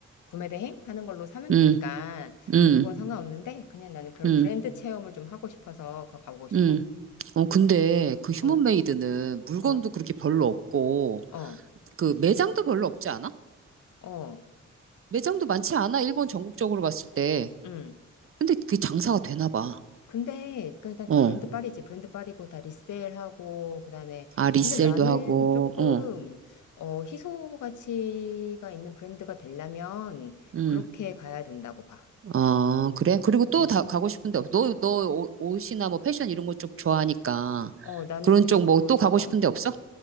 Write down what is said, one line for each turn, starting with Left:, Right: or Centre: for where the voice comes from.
Left: 구매 대행 하는 걸로 사면
Right: 음,
Left: 되니까
Right: 음,
Left: 그건 상관없는데 그냥 나는 그런
Right: 음,
Left: 브랜드 체험을 좀 하고 싶어서 그거 가보고 싶어.
Right: 음. 어, 근데 그 휴먼메이드는
Left: 어,
Right: 물건도
Left: 어,
Right: 그렇게 별로 없고,
Left: 어,
Right: 그 매장도 별로 없지 않아?
Left: 어,
Right: 매장도 많지 않아? 일본 전국적으로 봤을 때.
Left: 음.
Right: 근데 그 장사가 되나 봐.
Left: 근데 그다
Right: 어.
Left: 다 브랜드 빨이지 브랜드 빨이고 다 리셀하고 그다음에
Right: 아, 리셀도
Left: 근데 나는
Right: 하고,
Left: 조금
Right: 어,
Left: 어 희소 가치가 있는 브랜드가 되려면
Right: 응.
Left: 그렇게 가야 된다고 봐.
Right: 아, 그래? 그리고 또
Left: 어,
Right: 다 가고 싶은데 없어. 너, 너 옷- 옷이나 뭐 패션 이런 거 쪽 좋아하니까.
Left: 어, 나는
Right: 그런
Left: 그리고
Right: 쪽 뭐 또
Left: 저거,
Right: 가고 싶은데 없어?